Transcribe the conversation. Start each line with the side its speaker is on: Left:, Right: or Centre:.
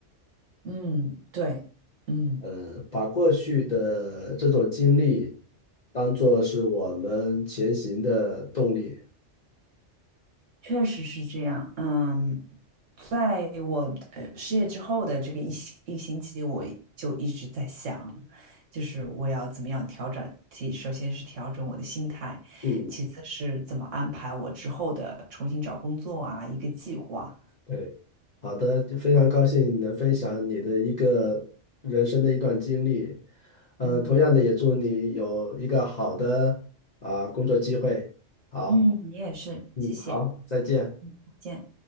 Right: 嗯，对，嗯，
Left: 呃，把过去的这种经历当做是我们前行的动力。
Right: 确实是这样，嗯，在我呃失业之后的这个一星一星期，我就一直在想，就是我要怎么样调整，其首先是调整我的心态，
Left: 嗯。
Right: 其次是怎么安排我之后的重新找工作啊，一个计划，
Left: 对，好的，就非常高兴你能分享你的一个人生的一段经历。呃，
Right: 嗯
Left: 同样的，也祝你有一个好的啊、工作机会。好，
Right: 嗯，你也是，
Left: 嗯，
Right: 谢谢，
Left: 好，再见。
Right: 嗯，再见。